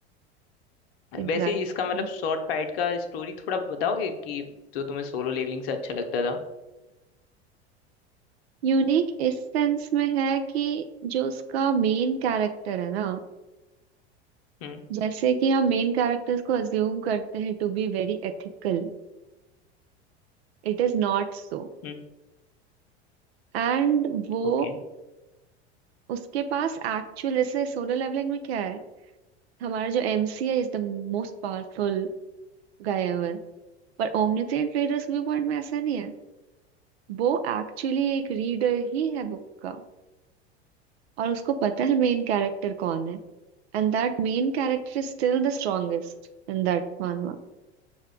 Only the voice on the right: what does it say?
exactly
यूनिक इस सेंस में है कि जो उसका मेन कैरेक्टर है ना
जैसे कि हम मेन कैरेक्टर्स को अज्यूम करते हैं to be very ethical it is not so
And वो
उसके पास एक्चुअल जैसे सोलो लेवलिंग में क्या है हमारा जो एमसी है is the most powerful guy ever पर ओमनिसेंट रीडर्स व्यू पॉइंट में ऐसा नहीं है वो एक्चुअली एक रीडर ही है बुक का और उसको पता है मेन कैरेक्टर कौन है and that main character is still the strongest in that manhwa